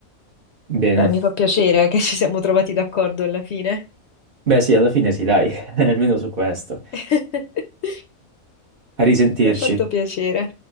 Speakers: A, on the right; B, on the left.
A: Bene,
B: Beh, mi fa piacere che ci siamo trovati d'accordo alla fine.
A: beh sì, alla fine sì, dai, <laughs> almeno su questo.
B: <laughs>
A: A risentirci.
B: Mi ha fatto piacere.